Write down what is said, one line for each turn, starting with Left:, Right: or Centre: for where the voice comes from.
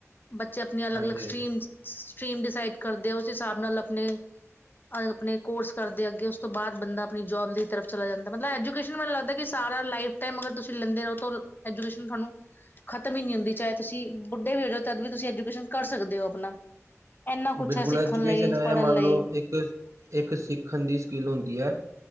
Left: ਬੱਚੇ ਆਪਣੀ ਅਲੱਗ-ਅਲੱਗ
Right: ਹਾਂਜੀ ਹਾਂਜੀ
Left: ਸਟਰੀਮਜ, ਸਟਰੀਮ ਡਿਸਾਈਡ ਕਰਦੇ ਆ ਉਸ ਹਿਸਾਬ ਨਾਲ ਆਪਣੇ ਆਪਨੇ ਕੋਰਸ ਕਰਦੇ ਅੱਗੇ ਉਸ ਤੋਂ ਬਾਅਦ ਬੰਦਾ ਆਪਣੀ ਜੋਬ ਦੀ ਤਰਫ਼ ਚਲਾ ਜਾਂਦਾ ਮਤਲਬ ਐਜੂਕੇਸ਼ਨ ਮੈਨੂੰ ਲੱਗਦਾ ਕਿ ਸਾਰਾ ਲਾਈਫ ਟਾਈਮ ਅਗਰ ਤੁਸੀਂ ਲੈਂਦੇ ਰਹੋ ਤਾਂ ਐਜੂਕੇਸ਼ਨ ਤੁਹਾਨੂੰ ਖਤਮ ਹੀ ਨਹੀਂ ਹੁੰਦੀ ਚਾਹੇ ਤੁਸੀਂ ਬੁੱਢੇ ਵੀ ਹੋ ਜਾ ਤਦ ਵੀ ਤੁਸੀਂ ਐਜੂਕੇਸ਼ਨ ਕਰ ਸਕਦੇ ਹੋ ਆਪਣਾ। ਇੰਨਾ ਕੁਛ
Right: ਬਿਲਕੁਲ
Left: ਹੈ ਸਿੱਖਣ
Right: ਐਜੂਕੇਸ਼ਨ
Left: ਲਈ,
Right: ਹੈ
Left: ਪੜ੍ਹਨ
Right: ਮੰਨ
Left: ਲਈ।
Right: ਲਓ ਇੱਕ ਇੱਕ ਸਿੱਖਣ ਦੀ ਸਕਿੱਲ ਹੁੰਦੀ ਹੈ,